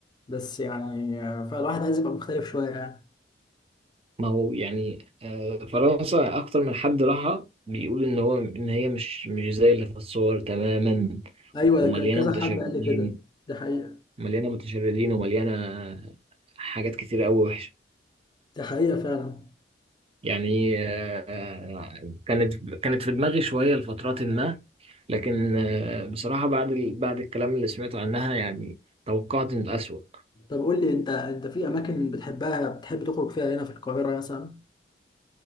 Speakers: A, on the left; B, on the right.
A: بس يعني آه، فالواحد عايز يبقى مختلف شوية يعني
B: ما هو يعني آه، فرنسا اكتر من حد راحها بيقول ان هو ان هي مش مش زي اللي في الصور تماما
A: أيوة
B: ومليانه
A: ده ك- كذا
B: متشردين
A: حد قال لي كده ده حقيقة
B: مليانه متشردين ومليانه حاجات كتير قوي وحشه
A: ده حقيقة فعلا
B: يعني آه، كانت كانت في دماغي شوية لفترات ما لكن آه، بصراحة بعد ال... بعد الكلام اللي سمعته عنها يعني توقعت إن الأسوأ
A: طب قول لي أنت أنت في أماكن بتحبها بتحب تخرج فيها هنا في القاهرة مثلا